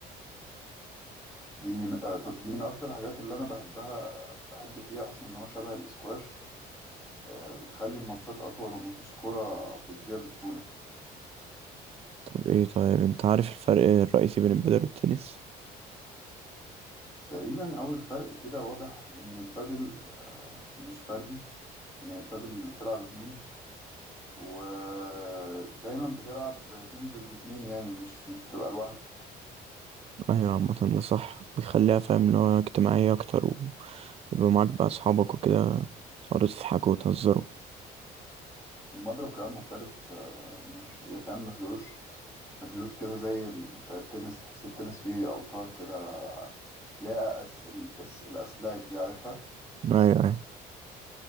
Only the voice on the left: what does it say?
دي آه، طب دي من اكتر الحاجات اللي انا بحبها بحب فيها اصلا ان هو شبه الاسكواش آه، بتخلي الماتشات اطول ومفيش كرة بتضيع بسهوله
تقريبا اول فرق كده واضح ان البادل مش فردي يعني البادل بتلعب اتنين ودايما بتلعب اتنين ضد اتنين يعني مش مش بتبقى لوحدك
المضرب كمان مختلف آه، مش يعني فاهم ما فيهوش ما فيهوش كده زي ال- بتاع التنس تحس التنس فيه أوتار كده ليها أس... ال- أس... الأسلاك دي عارفها